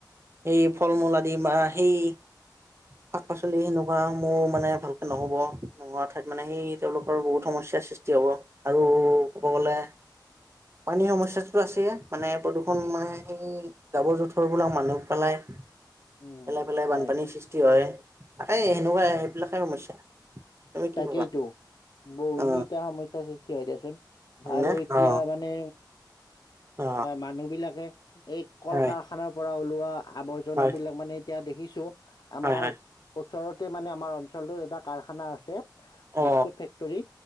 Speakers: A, on the right (about 35°); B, on the left (about 65°).
A: সেই ফল মূল আদি বা সেই শাক পাচলি সেনেকুৱা সাসমূহ মানে ভালকৈ নহ'ব নোহোৱা ঠাইত মানে সেই তেওঁলোকৰ বহুত সমস্যাৰ সৃষ্টি হ'ব আৰু ক'ব গ'লে পানীৰ সমস্যাটো আছেে মানে প্ৰদূষণ মানে সেই জাবৰ জোঁথৰবিলাক মানুহ পেলাই পেলাই
B: উম
A: পেলাই
B: হয়
A: বানপানীৰ সৃষ্টি হয়। এই সেনেকুৱাই সেইবিলাকে সমস্যা। তুমি কি
B: তাকেইটো
A: ভাবা
B: <inaudible> বহিনী
A: অ
B: এতিয়া সমস্যাৰ সৃষ্টি হয় দেচোন
A: হয়নে
B: আৰু এতিয়া
A: অ
B: মানে
A: অ
B: মানুহ বিলাকে এই কল
A: হয়
B: কাৰখ খানৰ পৰা ওলোৱা আৱৰ্জাবিলাক
A: হয়
B: মানে এতিয়া দেখিছো আমাৰ
A: হয় হয়
B: ওচৰতে মানে আমাৰ অঞ্চলটো এটা কাৰখানা আছে বিস্কুট
A: অ
B: ফেক্টৰী